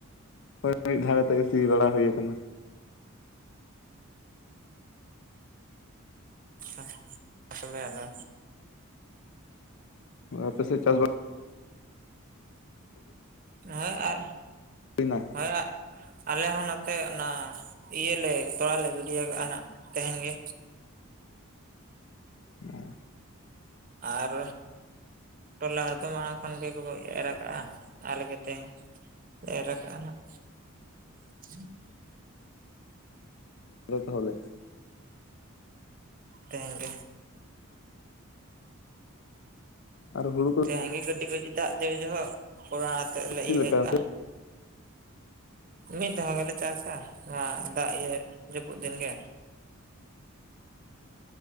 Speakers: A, on the left; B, on the right.
A: ᱦᱳᱭ ᱢᱤᱫ ᱫᱷᱟᱣ ᱠᱟᱛᱮᱜ ᱜᱮ ᱥᱤ ᱵᱟᱲᱟ ᱦᱳᱭ ᱠᱟᱱᱟ᱾
B: <unintelligible> ᱟᱫᱚ
A: ᱟᱯᱮ ᱥᱮᱫ ᱪᱟᱥ ᱵᱟ
B: ᱦᱮᱸ ᱟᱨ
A: ᱦᱩᱭᱱᱟ
B: ᱦᱮᱸᱭᱟᱜ ᱟᱞᱮ ᱦᱚᱸ ᱱᱚᱛᱮ ᱚᱱᱟ ᱤᱭᱟᱹᱞᱮ ᱛᱚᱞᱟ ᱞᱮ ᱜᱤᱰᱤᱭ ᱠᱟᱜᱼᱟ ᱱᱟᱜ ᱛᱮᱦᱮᱧ ᱜᱮ᱾
A: <unintelligible>
B: ᱟᱨ ᱴᱚᱞᱟ ᱦᱚᱲ ᱫᱚ ᱢᱟᱲᱟᱝ ᱠᱷᱚᱱ ᱜᱮ ᱠᱚ ᱮᱨ ᱠᱟᱜᱼᱟ ᱟᱞᱮ ᱜᱮ ᱛᱮᱦᱮᱧ ᱮᱨ ᱠᱟᱜᱼᱟ ᱱᱟᱸᱦᱟᱜ <inaudible>
A: ᱟᱫᱚ ᱛᱟᱦᱞᱮ
B: ᱛᱮᱦᱮᱧ ᱜᱮ
A: ᱟᱨ ᱦᱩᱲᱩ ᱠᱚ
B: ᱛᱮᱦᱮᱧ ᱜᱮ ᱠᱟᱹᱴᱤᱡ ᱠᱟᱹᱴᱤᱡ ᱫᱟᱜ ᱡᱟᱹᱲᱤ ᱡᱚᱦᱚᱜ ᱚᱱᱟ ᱟᱛᱮᱫ ᱞᱮ
A: ᱪᱮᱫ
B: ᱤᱭᱟᱹᱭ
A: ᱞᱮᱠᱟ
B: ᱠᱟᱜᱼᱟ᱾ ᱢᱤᱫ ᱫᱷᱟᱣ ᱜᱮᱞᱮ ᱪᱟᱥᱟ ᱱᱚᱣᱟ ᱫᱟᱜ ᱤᱭᱟᱹ ᱡᱟᱹᱯᱩᱫ ᱫᱤᱱ ᱜᱮ᱾